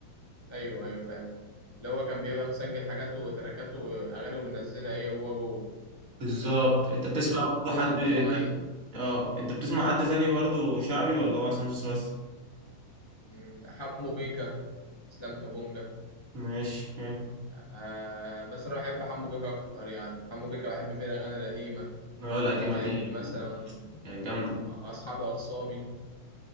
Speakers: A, on the left; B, on the right.
A: أيوه أيوه فاهم اللي هو كان بيبقى مسجل حاجاته وتراكاته وأغاني وبينزلها إيه وهو جوه
B: بالظبط انت بتسمع
A: بتنزل بتنزل
B: برضه حد
A: بمواعيد
B: اه انت بتسمع حد تاني برضه شعبي ولا هو عصام صاصا بس
A: أمم، حمو بيكا إسلام كابونجا
B: ماشي فاهم
A: آه بس انا بحب حمو بيكا اكتر يعني حمو بيكا بحب فيه الاغاني القديمه
B: اه القديمه
A: زي
B: دي
A: مثلا
B: يعني جامده
A: اصحابي اخصامي